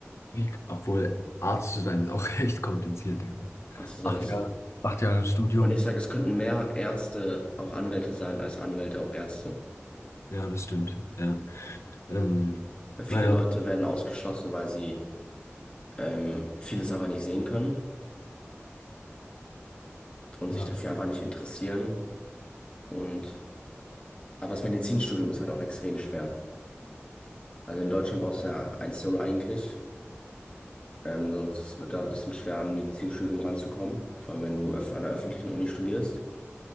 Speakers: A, on the left (about 80°); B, on the left (about 25°).
A: Wie, obwohl Arzt zu sein ist auch <laughs> echt kompliziert, Digga.
B: Arzt zu sein
A: Acht
B: ist.
A: Jahre, acht Jahre Studium.
B: Und ich sage, es könnten mehr Ärzte auch Anwälte sein, als Anwälte auch Ärzte.
A: Ja, das stimmt. Ja. Ähm,
B: Weil viele
A: naja.
B: Leute werden ausgeschlossen, weil sie ähm, vieles aber nicht sehen können und
A: Ja,
B: sich dafür einfach nicht interessieren Und, aber das Medizinstudium ist halt auch extrem schwer. Also in Deutschland brauchst du ja 1.0 eigentlich. Ähm, sonst wird da ein bisschen schwer, an ein Medizinstudium ranzukommen. Vor allem, wenn du öff- an einer öffentlichen Uni studierst.